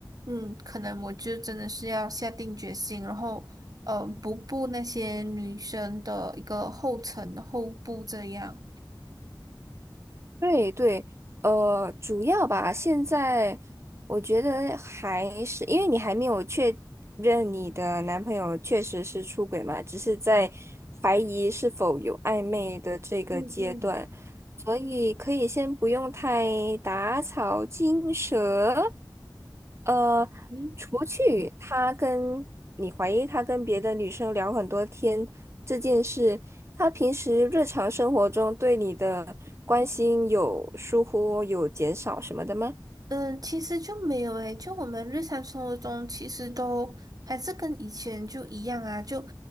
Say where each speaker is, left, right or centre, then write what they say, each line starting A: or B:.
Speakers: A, on the right; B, on the right.
A: 嗯，可能我就真的是要下定决心，然后呃，不步那些女生的一个后尘后步这样。
B: 对对，呃，主要吧，现在我觉得还是因为你还没有确认你的男朋友确实是出轨嘛，只是在怀疑是否有暧昧的这个阶段，
A: 嗯嗯，
B: 所以可以先不用太打草惊蛇。呃，
A: 嗯，
B: 除去他跟你怀疑他跟别的女生聊很多天这件事，他平时日常生活中对你的关心有疏忽、有减少什么的吗？
A: 嗯，其实就没有诶，就我们日常生活中其实都还是跟以前就一样啊，就